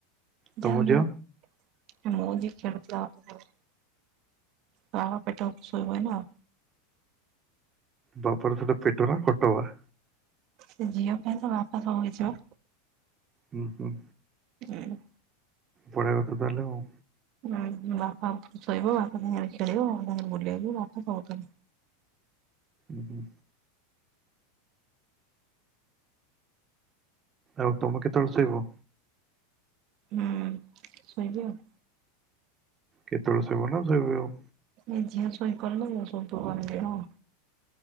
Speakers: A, on the right; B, on the right.
A: ତମ
B: ଯାହାବି
A: ଝିଅ
B: ହୋଉ <unintelligible> ତ ଆମ ପେଟ ଶୋଇବୁ ଏଇନେ ଆଉ।
A: ବାପରେ ସେଟା ପେଟ ନା ଖଟ ବା।
B: ସେ ଝିଅ ପାଇଁ ତା ବାପା ସବୁ କିଛି ମ।
A: ହୁଁ ହୁଁ।
B: ହୁଁ।
A: ବଢିଆ କଥା ତାହେଲେ ଆଉ।
B: ହୁଁ ବାପା ପାଖେ ଶୋଇବ, ବାପା ସାଙ୍ଗରେ ଖେଳିବ, ବାପା ସାଙ୍ଗରେ ବୁଲିବ, ବାପା ସବୁ କରିବେ।
A: ଉଁ ହୁଁ। ଆଉ ତମେ କେତେବେଳେ ଶୋଇବ?
B: ହୁଁ ଶୋଇବି ଆଉ।
A: କେତେବେଳେ ଶୋଇବ ନା ଶୋଇବି ଆଉ।
B: ଏ ଝିଅ ଶୋଇପଡିଲେ ଶୋଇପଡିବୁ ଆମେ ଦି ଜଣ।